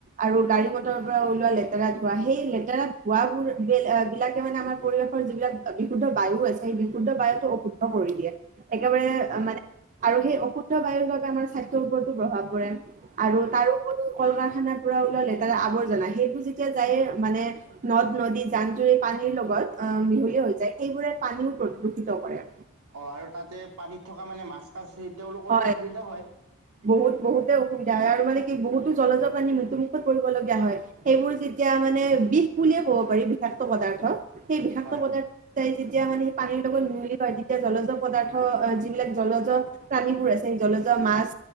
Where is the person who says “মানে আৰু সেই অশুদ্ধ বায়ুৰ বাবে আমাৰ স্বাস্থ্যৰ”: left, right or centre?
Right